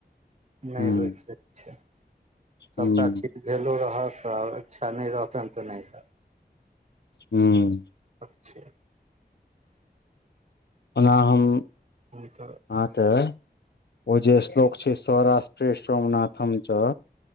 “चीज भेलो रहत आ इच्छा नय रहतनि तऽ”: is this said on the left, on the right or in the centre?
Right